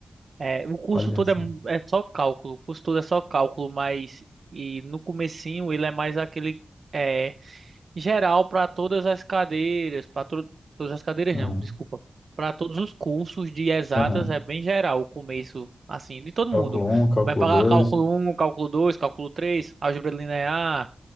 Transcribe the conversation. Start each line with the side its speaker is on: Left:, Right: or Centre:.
Right: É, o curso
Left: Olha
Right: todo
Left: só.
Right: é, mu- é só cálculo, o curso todo é só cálculo, mas e no comecinho ele é mais aquele é, geral para todas as cadeiras, para todas as cadeiras
Left: Aham,
Right: não, desculpa, para todos os cursos de exatas
Left: aham.
Right: é bem geral o começo, assim, de todo mundo.
Left: Cálculo um cálculo
Right: Vai pagar
Left: dois
Right: cálculo um, cálculo 2, cálculo 3, álgebra linear,